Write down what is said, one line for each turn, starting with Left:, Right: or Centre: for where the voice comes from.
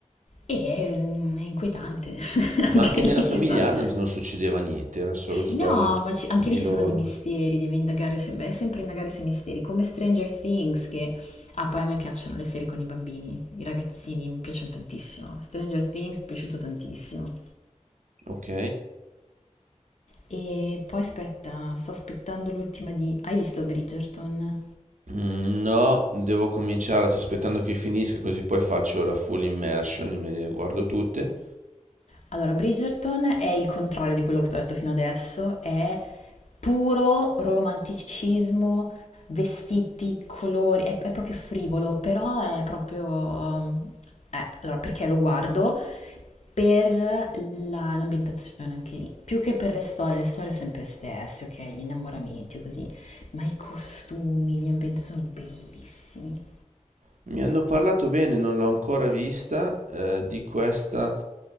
Left: E ehm, è inquietante, <laughs>
Right: Ma
Left: anche
Right: anche
Left: lì
Right: nella famiglia
Left: ci sono...
Right: Adams non succedeva niente, erano solo storie
Left: No, ma ci- anche
Right: di
Left: lì ci
Right: loro.
Left: sono dei misteri, devi indagare, sem- è sempre indagare sui misteri, come Stranger Things che... Ah, poi a me piacciono le serie con i bambini, i ragazzini, mi piacciono tantissimo. Stranger Things mi è piaciuto tantissimo.
Right: Ok.
Left: E poi aspetta, sto aspettando l'ultima di... Hai visto Bridgerton?
Right: Mm, No, devo cominciare aspettando che finisca così poi faccio la full immersion e me le guardo tutte.
Left: Allora, Bridgerton è il contrario di quello che ti ho detto fino adesso, è puro romanticismo, vestiti, colori, è, è proprio frivolo, però è proprio... eh, allora, perché lo guardo? Per la- l'ambientazione anche lì, più che per le storie, le storie sempre stesse, ok? Gli innamoramenti o così, ma i costumi, gli ambienti sono bellissimi.
Right: Mi hanno parlato bene, non l'ho ancora vista, eh, di questa